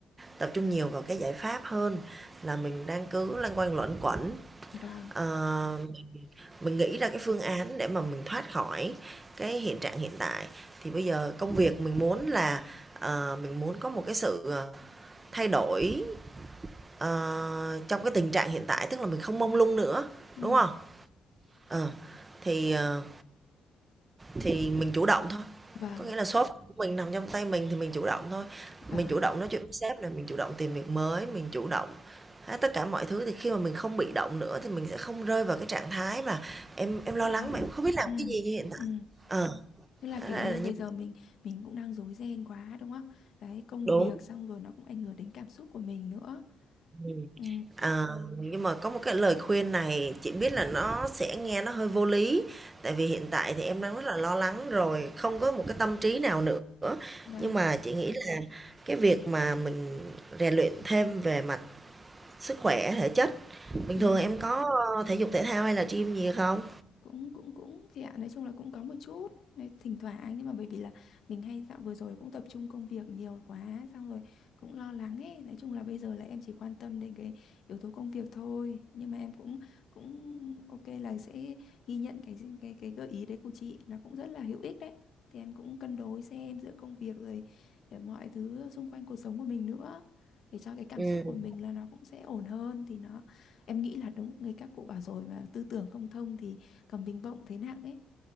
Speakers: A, on the right (about 25°); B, on the left (about 65°).
A: tập trung nhiều vào cái giải pháp hơn là mình đang cứ loanh quanh luẩn quẩn.
B: vâng.
A: Ờ, mình nghĩ ra cái phương án để mà mình thoát khỏi cái hiện trạng hiện tại. Thì bây giờ công việc mình muốn là, ờ, mình muốn có một cái sự, ờ, thay đổi, ờ, trong cái tình trạng hiện tại, tức là mình không mông lung nữa,
B: Ừ.
A: đúng không Ờ, thì, ờ Thì mình chủ động thôi,
B: Vâng,
A: có nghĩa là số phận của mình nằm trong tay mình thì mình chủ động thôi.
B: vâng,
A: Mình chủ động nói chuyện với sếp nè, mình chủ động tìm việc mới, mình chủ động hết tất cả mọi thứ thì khi mà mình không bị động nữa thì mình sẽ không rơi vào cái trạng thái mà em em lo
B: bị
A: lắng
B: lo.
A: mà em không biết làm
B: Ừ.
A: cái gì như hiện tại.
B: Ừ.
A: Ờ,
B: thế là
A: đó
B: kiểu
A: là
B: như là
A: là
B: bây
A: như
B: giờ mình mình cũng đang rối ren quá đúng không? Đấy, công
A: đúng.
B: việc xong rồi nó cũng ảnh hưởng đến cảm xúc của mình nữa.
A: Ừm.
B: Ừ,
A: Ờ, nhưng mà có một cái lời khuyên này chị biết là nó sẽ nghe nó hơi vô lý, tại vì hiện tại thì em đang rất là lo lắng rồi, không có một cái tâm trí nào nữa.
B: vâng.
A: Nhưng mà chị nghĩ là cái việc mà mình rèn luyện thêm về mặt sức khỏe, thể chất, bình
B: Ừ.
A: thường em có, ơ, thể dục thể thao hay là gym gì không?
B: cũng cũng cũng thì ạ nói chung là cũng có một chút đấy, thỉnh thoảng nhưng mà bởi vì là mình hay dạo vừa rồi cũng tập trung công việc nhiều quá xong rồi cũng lo lắng ấy nói chung là bây giờ là em chỉ quan tâm đến cái yếu tố công việc thôi nhưng mà em cũng cũng ok là sẽ ghi nhận cái cái cái gợi ý đấy của chị là cũng rất là hữu ích đấy thì em cũng cân đối xem giữa công việc rồi ờ, mọi thứ xung quanh cuộc sống của mình nữa để cho cái cảm
A: Ừm,
B: xúc của mình là nó cũng sẽ ổn hơn thì nó em nghĩ là đúng người các cụ bảo rồi mà tư tưởng không thông thì còn bình bông thấy nặng ấy.